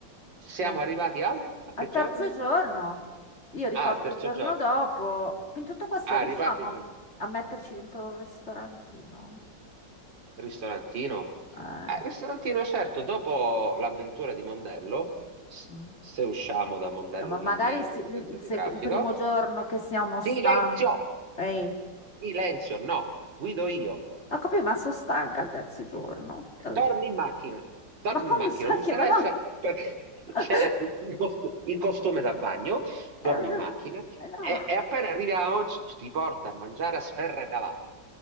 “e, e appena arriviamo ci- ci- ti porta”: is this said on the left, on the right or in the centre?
Right